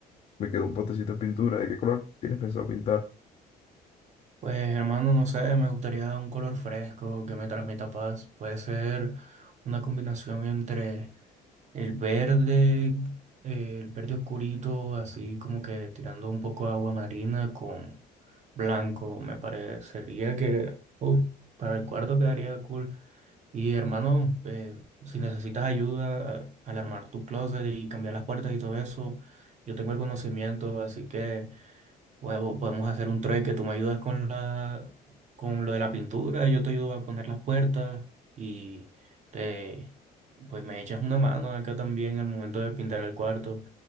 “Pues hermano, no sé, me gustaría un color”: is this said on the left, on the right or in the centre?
Right